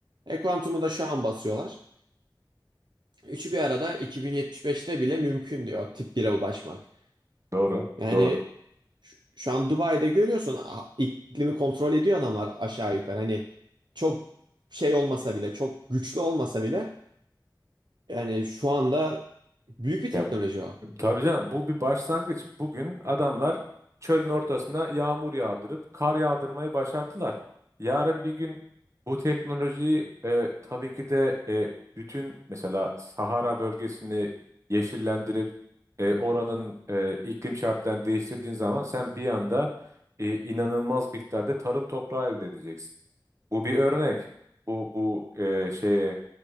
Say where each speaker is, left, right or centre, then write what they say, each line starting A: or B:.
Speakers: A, on the right; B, on the right.
A: E, kuantumu da şu an basıyorlar. Üçü bir arada 2075'te bile mümkün diyor tip bire ulaşmak.
B: Doğru.
A: Yani
B: Doğru.
A: şu, şu an Dubai'de görüyorsun a- iklimi kontrol ediyor adamlar aşağı yukarı. Hani çok şey olmasa bile, çok güçlü olmasa bile Yani şu anda büyük bir teknoloji
B: Ya,
A: o.
B: tabii canım bu bir başlangıç. Bugün adamlar çölün ortasına yağmur yağdırıp kar yağdırmayı başardılar. Yarın bir gün bu teknolojiyi e, tabii ki de e, bütün mesela Sahara bölgesini yeşillendirip e, oranın e, iklim şartlarını değiştirdiğin zaman sen bir anda e, inanılmaz miktarda tarım toprağı elde edeceksin. Bu bir örnek. Bu bu e, şeye